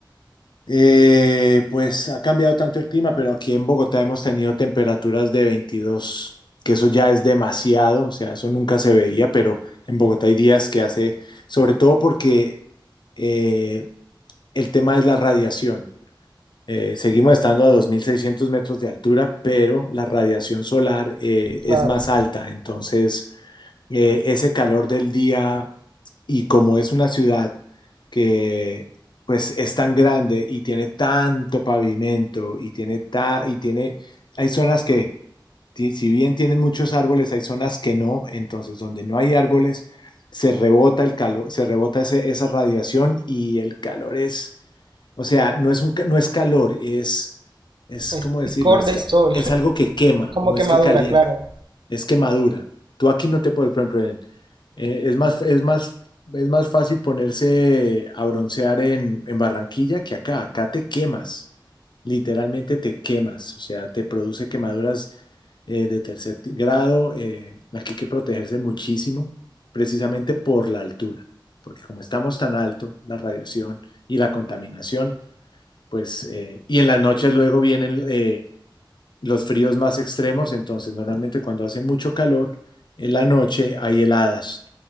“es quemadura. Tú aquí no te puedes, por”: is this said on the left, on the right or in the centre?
Left